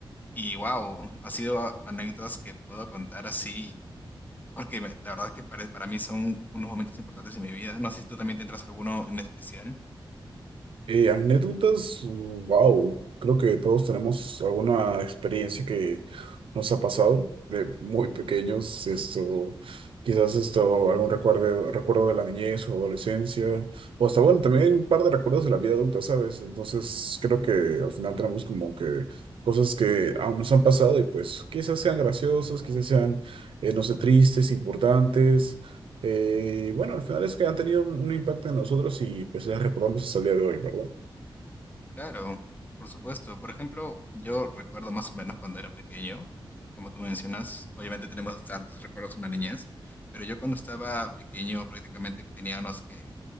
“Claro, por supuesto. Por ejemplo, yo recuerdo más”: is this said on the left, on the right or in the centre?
Left